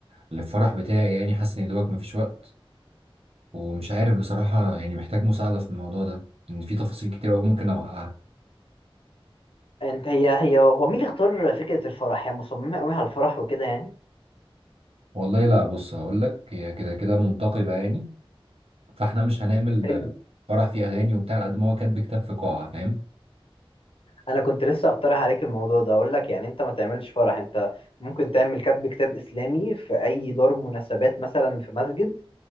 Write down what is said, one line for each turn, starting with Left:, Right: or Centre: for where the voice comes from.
Right: للفرح بتاعي يعني حاسس إن دوبك مفيش وقت ومش عارف بصراحة يعني محتاج مساعدة في الموضوع ده إن في تفاصيل كتير أوي ممكن أوقعها
Left: انت هي هي هو مين اللي اختار فكرة الفرح هي مصممة قوي على الفرح وكده يعني
Right: والله لا بص هقولك هي كده كده منتقبة يعني فإحنا مش هنعمل
Left: حلو
Right: فرح فيه أغاني وبتاع على قد ما هو كاتب كتاب في قاعة فاهم
Left: انا كنت لسه اقترح عليك الموضوع ده اقول لك يعني انت ما تعملش فرح انت ممكن تعمل كتب كتاب اسلامي في اي دار مناسبات مثلا في مسجد